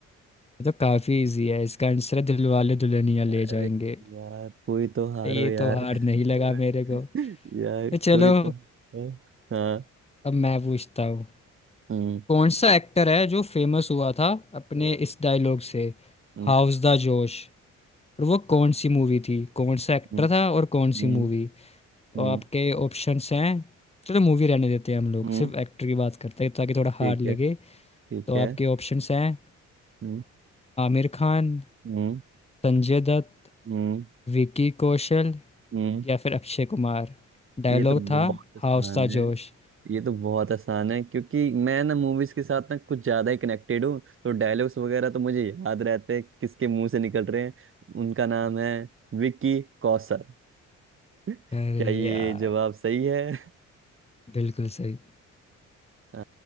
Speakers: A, on the left; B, on the right.
A: ये तो काफी इजी है इसका आंसर है दिलवाले दुल्हनिया ले
B: अरे
A: जाएंगे
B: यार कोई तो हारो
A: ये
B: यार
A: तो हार नहीं लगा मेरे को
B: <laughs> यार
A: तो चलो
B: कोई तो हाँ
A: अब मैं पूछता हूँ
B: हम्म
A: कौन सा एक्टर है जो फेमस हुआ था अपने
B: हम्म
A: इस डायलॉग से
B: हम्म
A: हाउस द जोश और वो कौन सी मूवी थी कौन सा एक्टर
B: हम्म
A: था और कौन सी
B: हम्म
A: मूवी
B: हम्म,
A: और आपके ऑप्शंस हैं चलो मूवी रहने देते हैं हम लोग
B: हम्म,
A: सिर्फ एक्टर की बात करते हैं ताकि थोड़ा
B: ठीक
A: हार्ड लगे
B: है ठीक
A: तो
B: है
A: आपके ऑप्शंस हैं
B: हम्म
A: आमिर खान
B: हम्म
A: संजय दत्त
B: हम्म
A: विकी कौशल
B: हम्म,
A: या फिर अक्षय कुमार डायलॉग
B: ये तो
A: था
B: बहुत आसान
A: हाउस था
B: है
A: जोश
B: ये तो बहुत आसान है क्योंकि मैं ना मूवीज के साथ ना कुछ ज्यादा ही कनेक्टेड हूँ तो डायलॉग्स वगैरह तो मुझे याद रहते हैं किसके मुंह से निकल रहे हैं उनका नाम है विक्की कौशल <laughs>
A: अरे
B: क्या ये
A: यार
B: जवाब सही है <laughs>
A: बिल्कुल सही
B: आ,